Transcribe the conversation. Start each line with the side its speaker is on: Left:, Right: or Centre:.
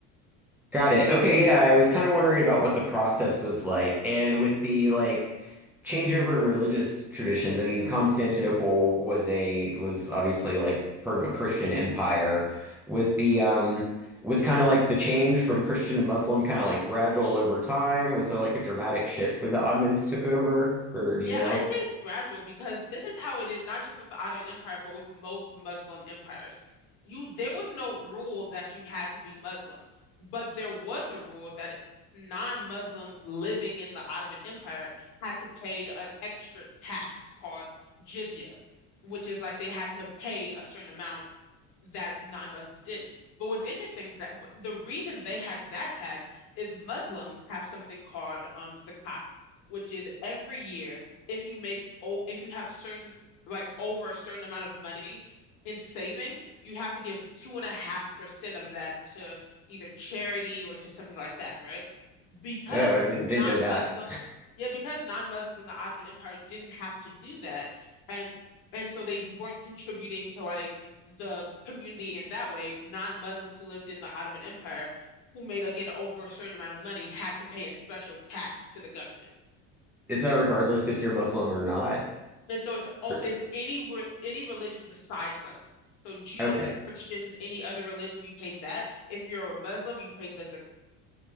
Centre: Got it. Okay, yeah, I was kind of wondering about what the process was like. And with the like changeover in religious traditions, I mean, Constantinople was a was obviously like part of a Christian empire. Was the um was kind of like the change from Christian to Muslim kind of like gradual over time? Was there like a dramatic shift when the Ottomans took over? Or do
Left: Yeah,
Centre: you know?
Left: I'd say it's gradual because this is how it is, not just with the Ottoman Empire, but with most Muslim empires. You there was no rule that you had to be Muslim, but there was a rule that non-Muslims living in the Ottoman Empire had to pay an extra tax called jizya, which is like they had to pay a certain amount that non-Muslims didn't. But what's interesting that the reason they had that tax is Muslims have something called um zakat, which is every year if you make oh if you have certain like over a certain amount of money in savings, you have to give two and a half percent of that to either charity or to something like that, right? because
Centre: Oh, I n- didn't
Left: non-Muslim,
Centre: know that. <laughs>
Left: yeah, because non-Muslims in the Ottoman Empire didn't have to do that, and and so they weren't contributing to like the community in that way. Non-Muslims who lived in the Ottoman Empire, who made again over a certain amount of money, had to pay a special tax to the government.
Centre: Is that regardless if you're Muslim or not?
Left: But no, it's o-
Centre: Or is
Left: it's
Centre: it-
Left: any re- any religion besides Muslims. So Jews,
Centre: Okay.
Left: Christians, any other religion, you paid that. If you're a Muslim, you paid the zakat